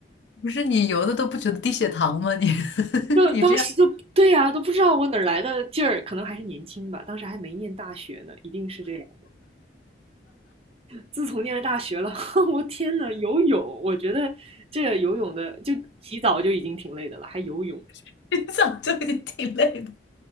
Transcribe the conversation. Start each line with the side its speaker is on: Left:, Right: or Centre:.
Left: 不是你游的都不觉得低血糖吗？你 <laughs>
Right: 就当时就对呀、
Left: 你这样。
Right: 都不知道我哪儿来的劲儿，可能还是年轻吧，当时还没念大学呢，一定是这样。自从念了大学了，<laughs> 我天呐，游泳，我觉得这游泳的就洗澡就已经挺累的了，还游泳，
Left: <laughs> 你早就已经挺累的，